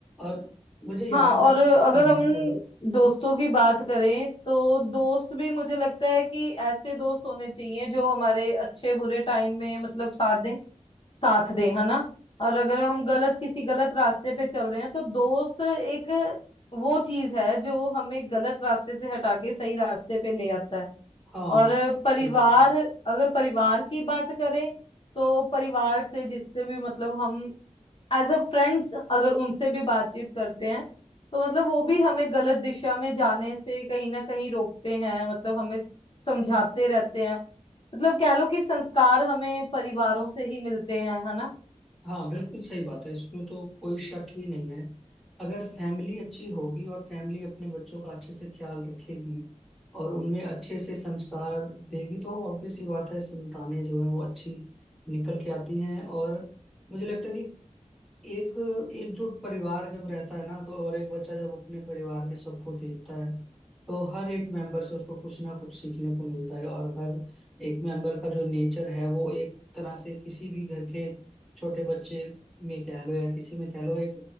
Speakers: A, in the centre; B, on the left (about 45°).
A: और मुझे याद
B: हाँ और
A: है
B: अगर
A: हाँ हाँ
B: हम
A: बोलो
B: दोस्तों की बात करें तो दोस्त भी मुझे लगता है कि ऐसे दोस्त होने चाहिए जो हमारे अच्छे बुरे टाइम में मतलब साथ दें साथ दें है ना और अगर हम गलत किसी गलत रास्ते पे चल रहे हैं तो दोस्त एक वो चीज है जो हमें गलत रास्ते से हटा के सही रास्ते पे ले आता है
A: हाँ
B: और
A: हाँ
B: परिवार
A: सही बात है
B: अगर परिवार की बात करें तो परिवार से जिससे भी मतलब हम एज अ फ्रेंड्स अगर उनसे भी बातचीत करते हैं तो मतलब वो भी हमें गलत दिशा में जाने से कहीं ना कहीं रोकते हैं मतलब हमें समझाते रहते हैं मतलब कह लो कि संस्कार हमें परिवारों से ही मिलते हैं है ना
A: हाँ बिल्कुल सही बात है इसमें तो कोई शक ही नहीं है अगर फैमिली अच्छी होगी और फैमिली अपने बच्चों का अच्छे से ख्याल रखेगी और उनमें अच्छे से संस्कार देगी तो ऑब्वियस सी बात है संतानें जो है वो अच्छी निकल के आती हैं और मुझे लगता है कि एक एकजुट परिवार जब रहता है ना तो और एक बच्चा जब अपने परिवार में सबको देखता है तो हर एक मेंबर से उसको कुछ ना कुछ सीखने को मिलता है और हर एक मेंबर का जो नेचर है वो एक तरह से किसी भी घर के छोटे बच्चे में कह लो या किसी में कह लो एक